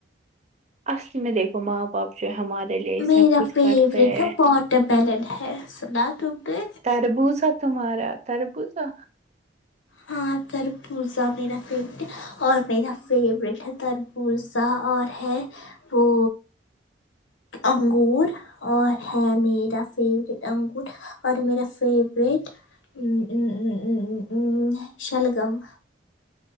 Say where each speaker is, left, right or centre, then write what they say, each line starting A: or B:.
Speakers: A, on the right; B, on the left.
A: اصل می دیکھو ماں باپ جو ہمارے لیے
B: میرا
A: سب کچھ
B: فیوریٹ
A: پڑھتے ہے
B: <unintelligible> ہے سنا تم نے
A: تربوزا تمہارا تربوزا
B: ہاں تربوزہ میرا فیورٹ ہے اور میرا فیوریٹ ہے تربوزہ اور ہے وہ انگور اور ہے میرا فیوریٹ انگور اور میرا فیفریٹ امم امم امم امممم شلگم